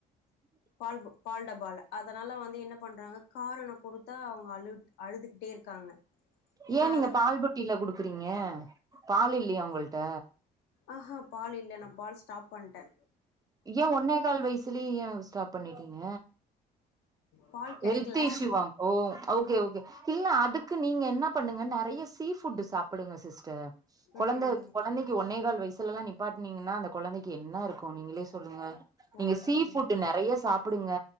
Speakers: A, on the right; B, on the left.
A: ஹ!
B: பால் பு டபால அதனால வந்து என்ன பண்றாங்க காரணோ குடுத்தா அவுங்க அழுத் அழுதுகிட்டே இருக்காங்க
A: ஏ
B: நா
A: நீங்க
B: அதனா
A: பால் புட்டில குடுக்குறீங்க பால் இல்லையா உங்கள்ட்ட
B: ஆஹா பால் இல்ல நா பால் ஸ்டாப் பண்ட்ட
A: ஏ ஒன்னே கால் வயசிலியே ஏ ஸ்டாப் பண்ணிட்டீங்க
B: பால் கெடைக்கல
A: ஹெல்த் இஷ்யூ
B: அதுக்கு
A: வா ஒ ஓகே ஓகே இல்ல அதுக்கு நீங்க என்ன பண்ணுங்க நெறைய சீ ஃபுட்டு சாப்புடுங்க சிஸ்டர் கொழந்த
B: ம்
A: கொழந்தைக்கு ஒன்னே கால் வயசுலலா நிப்பாட்னீங்கன்னா அந்த கொழந்தைக் கே என்ன இருக்கு நீங்களே சொல்லுங்க நீங்க
B: அதுதா
A: சீ
B: அதுதா
A: ஃபுட்டு நெறைய சாப்புடுங்க